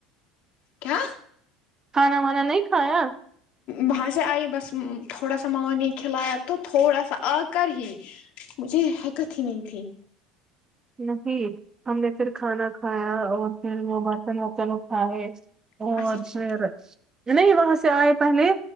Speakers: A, on the left (about 60°); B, on the right (about 25°).
A: کیا
B: کھانا وانا نہیں کھایا
A: وہاں سے آئی بس تھوڑا سا ماما نے کھلایا تو تھوڑا سا آ کر ہی مجھے حکت ہی نہیں تھی
B: نہیں ہم نے پھر کھانا کھایا اور پھر وہ برتن ورتن اٹھائے اور
A: اچھا اچھا
B: پھر نہیں وہاں سے آئے پہلے